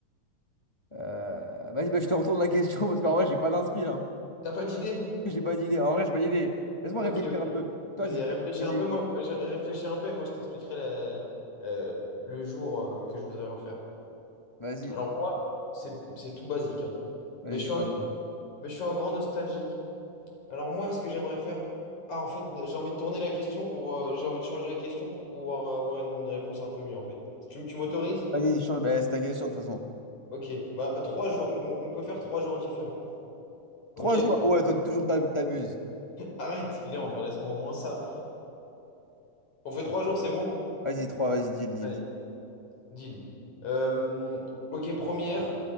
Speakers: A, on the left (about 30°); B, on the left (about 70°).
A: Euh, Vas-y, bah, je te retourne la question parce qu'en vrai, j'ai pas d'inspi là.
B: T'as pas d'idée?
A: <laughs> J'ai pas d'idée. En vrai, j'ai pas d'idée. Laisse-moi
B: Ok,
A: réfléchir
B: ok.
A: un peu. Toi,
B: Vas-y,
A: je.
B: réfléchis
A: Vas-y,
B: un peu, moi, moi, je réfléchis un peu et moi je t'expliquerai la- la- le jour euh, que je voudrais refaire.
A: vas-y.
B: Alors moi, c'est c'est tout basique, hein.
A: Vas-y,
B: Mais je
A: dis-moi,
B: suis un,
A: dis-moi.
B: mais je suis un grand nostalgique. Alors moi, ce que j'aimerais faire, ah en fait, j'ai envie de tourner la question pour, euh, j'ai envie de changer la question pour pouvoir avoir une réponse un peu mieux en fait. Tu, m- tu m'autorises?
A: Vas-y, change. Bah, c'est ta question de toute façon.
B: Ok, bah trois jours, on, on peut faire trois jours différents. Ok?
A: Trois jours. Ah Ouais, toi, toujours t'ab- t'abuses.
B: Arrête, Léandre, laisse-moi au moins ça. On fait trois jours, c'est bon?
A: Vas-y, trois, vas-y, dis-le, dis-le,
B: Allez.
A: dis.
B: Deal. Euh, ok, première,